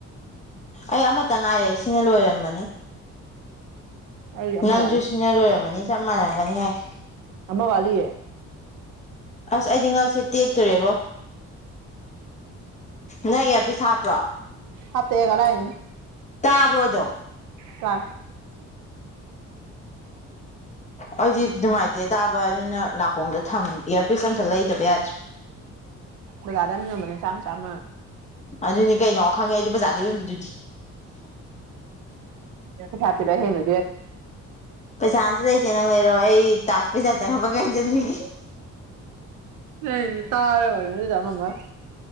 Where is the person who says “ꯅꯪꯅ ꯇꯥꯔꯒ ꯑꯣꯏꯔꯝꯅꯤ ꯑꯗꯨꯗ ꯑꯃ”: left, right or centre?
Right